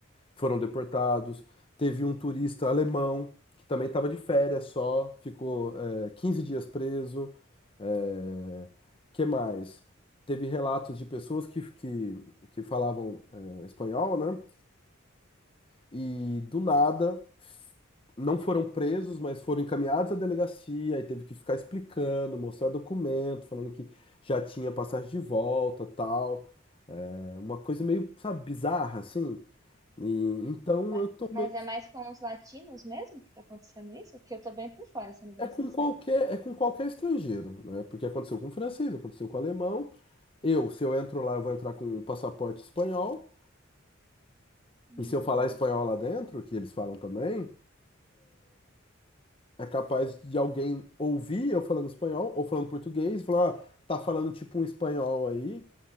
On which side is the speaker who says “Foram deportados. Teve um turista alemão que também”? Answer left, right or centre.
Left